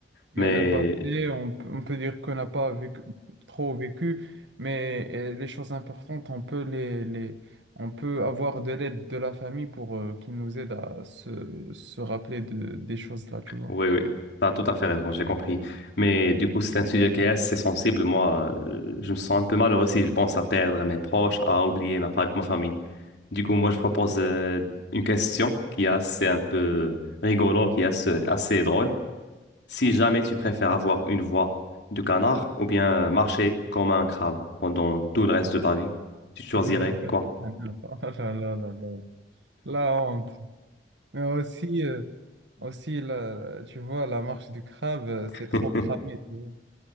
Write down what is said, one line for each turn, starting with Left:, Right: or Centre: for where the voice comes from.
Right: Mais
Left: mais
Right: le passé, on peut, on peut dire qu'on n'a pas vécu, trop vécu, mais euh, les choses importantes, on peut les, les, on peut avoir de l'aide de la famille pour euh, qu'ils nous aident à se, se rappeler de, des choses-là, tu vois.
Left: oui, oui, tu as tout à fait raison, j'ai compris. Mais du coup, c'est un sujet qui est assez sensible. Moi, euh, je me sens un peu malheureux si je pense à perdre mes proches, à oublier ma, fa- ma famille. Du coup, moi, je propose euh, une question qui est assez un peu rigolo, qui est assez, assez drôle. Si jamais tu préfères
Right: Ouais,
Left: avoir une voix de canard ou bien marcher comme un crabe pendant tout le reste de ta vie, tu choisirais
Right: <laughs>
Left: quoi?
Right: Ah non. Oh là là là là. La honte. Mais aussi, euh, aussi la, tu vois, la marche du crabe, euh, c'est
Left: <laughs>
Right: trop cramé, tu vois.